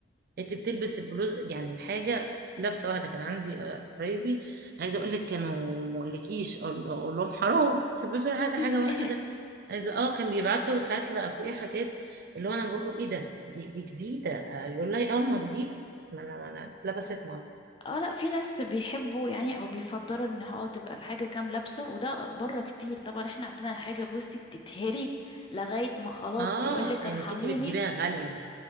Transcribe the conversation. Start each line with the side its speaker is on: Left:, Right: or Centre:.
Right: انت بتلبس البلوز يعني الحاجه لابسه واحده كان عندي آه، قرايبي عايزه اقول لك كانوا ما اقولكيش اقول أقول لهم حرام تلبسوا حاجه حاجه
Left: <clears throat>
Right: واحده عايزه اه كان بيبعتوا ساعات لاخويا حاجات اللي هو انا بقول له ايه ده دي دي جديده آه، يقول لي اه ما جديده ما انا ما انا اتلبست مره
Left: اه لا في ناس بيحبوا يعني او بيفضلوا ان اه تبقى الحاجة كام لابسة وده بره كتير طبعا احنا عندنا الحاجة بصي بتتهري لغاية ما خلاص
Right: اه
Left: تقولك
Right: لانك
Left: ارحميني
Right: انت بتجيبيها غاليه